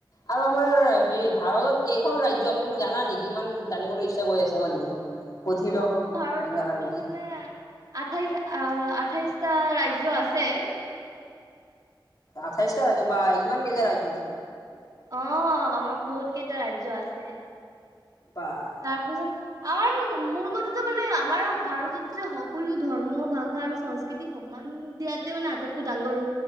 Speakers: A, on the left; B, on the right.
A: আৰু আমাৰ হেৰি ভাৰতত কেইখন ৰাজ্য আছে তুমি জানা নেকি ইমান জানিবলৈ ইচ্ছা গৈ আছা মানে মোৰ। সুধি
B: অ',
A: লওঁ
B: ভাৰতটো
A: অকমান জানা যদি
B: মানে আঠাইশ আহ আঠাইশটা ৰাজ্য আছে।
A: আঠাইছটা ৰাজ্য বা ইমান কেইটা ৰাজ্য।
B: অ', আমাৰ বহুত কেইটা ৰাজ্য আছে।
A: বা!
B: তাৰপিছত আৰু মোৰ মতেতো মানে আমাৰ ভাৰতত যে সকলো ধৰ্ম, ভাষা আৰু সংস্কৃতি সন্মান দিয়াতে মানে আটাইতকৈ ডাঙৰ